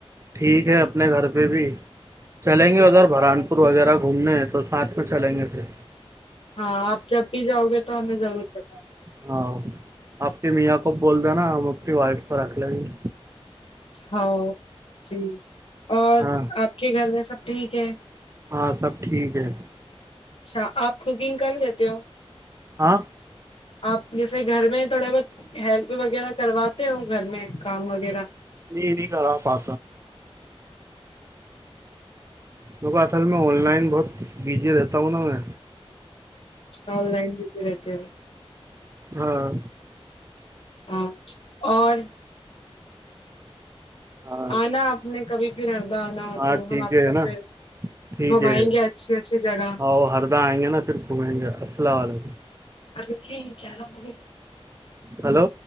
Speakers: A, on the right (about 30°); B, on the left (about 60°).
A: ٹھیک ہے اپنے گھر پہ بھی چلیں گے ادھر بھران وغیرہ گھومنے ہیں تو ساتھ میں چلیں گے پھر
B: ہاں آپ جب بھی جاؤ گے تو ہمیں ضرور بتائیں گے
A: ہاں آپ کی میاں کو بول دینا ہم اپنی وائف کو رکھ لیں گے
B: ہاں جی اور
A: ہاں
B: آپ کے گھر میں سب ٹھیک ہے
A: ہاں سب ٹھیک ہے
B: اچھا آپ کوکنگ کر لیتے ہو
A: ہاں
B: آپ جیسے گھر میں تھوڑا بہت ہیلپ وغیرہ کرواتے ہو گھر میں کام وغیرہ
A: نہیں نہیں کرا پا ل اصل میں آن لائن بہت بزی رہتا ہوں نا میں
B: آن لائن بزی رہتی ہے
A: ہاں
B: ہاں اور
A: ہاں
B: آنا آپ نے کبھی پھر اردہ آنا ہو
A: ہاں
B: تو
A: ٹھیک
B: ہم آپ
A: ہے
B: کو
A: نا
B: پھر
A: ٹھیک
B: گھمائیں
A: ہے
B: گے اچھی اچھی جگہ
A: آؤ ہردہ آئیں گے نا پھر گھومیں گے السلام علیکم
B: ارے چارا ہو
A: ہلو